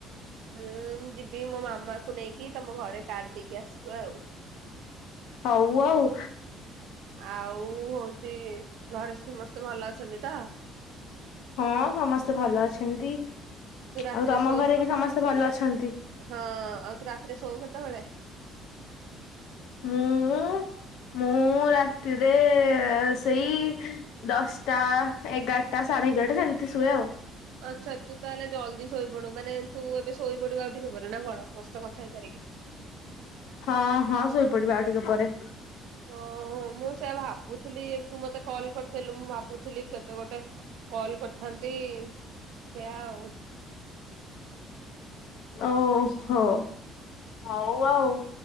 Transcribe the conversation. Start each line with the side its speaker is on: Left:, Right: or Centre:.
Right: ମୁଁ ଯିବି ମୋ ମାମାକୁ ନେଇକି ତମ ଘରେ କାର୍ଡ ଦେଇକି ଆସିବ ଆଉ।
Left: ହଉ ଆଉ
Right: ଆଉ ହଉଛି ଘରେ ସୁମସ୍ତେ ଭଲ ଅଛନ୍ତି ତ?
Left: ହଁ ସମସ୍ତେ ଭଲ ଅଛନ୍ତି
Right: ତୁ ରାତିରେ
Left: ଆଉ ତମ
Right: ଶୋ
Left: ଘରେ ବି ସମସ୍ତେ ଭଲ ଅଛନ୍ତି।
Right: ହଁ ଆଉ ତୁ ରାତିରେ ଶୋଉ କେତେବେଳେ?
Left: ମୁଁ ମୁଁ ରାତିରେ ସେଇ ଦଶଟା ଏଗାରଟା ସାଢେ ଏଗାରଟା ସେମିତି ଶୁଏ ଆଉ।
Right: ଆଛା ତୁ ତାହେଲେ ଜଲ୍ଦି ଶୋଇପଡୁ ମାନେ ତୁ ଏବେ ଶୋଇପଡିବୁ ଆଉ ଟିକେପରେ ନା କଣ ମୋ ସହିତ କଥା ହେଇସାରିକି।
Left: ହଁ ହଁ ଶୋଇପଡିବି ଆଉ ଟିକେ ପରେ।
Right: ଓହୋ ମୁଁ ସେଇଆ ଭାବୁଥିଲି ତୁ ମତେ କଲ କରିଦେଲୁ ମୁଁ ଭାବୁଥିଲି କେବେ ଗୋଟେ କଲ କରିଥାନ୍ତି ସେୟା ଆଉ।
Left: ଓହୋ ହଉ ଆଉ।